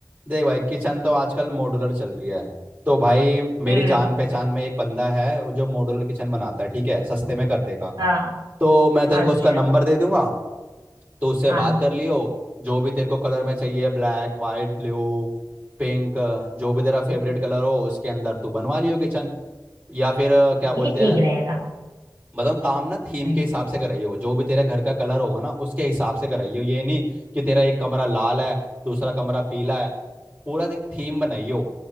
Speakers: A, on the right; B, on the right.
A: देख भाई किचन तो आजकल मॉड्यूलर चल रही है तो भाई मेरी
B: हम्म
A: जान पहचान में एक बंदा है वो जो मॉड्यूलर किचन बनाता है ठीक है सस्ते में कर देगा
B: हाँ
A: तो मैं तेरे
B: अच्छा
A: को उसका नंबर दे दूंगा तो उससे
B: हाँ
A: बात कर लियो जो भी तेरे को कलर में चाहिए ब्लैक वाइट ब्लू पिंक जो भी तेरा फेवरेट कलर हो उसके अंदर तू बनवा लियो किचन या फिर अ,
B: हाँ
A: क्या बोलते
B: ये ठीक
A: हैं
B: रहेगा
A: मतलब काम ना थीम
B: हम्म
A: के हिसाब से कराइयो जो भी तेरे घर का कलर होगा ना उसके हिसाब से कराइयो ये नहीं कि तेरा एक कमरा लाल है दूसरा कमरा पीला है पूरा एक थीम बनाइयो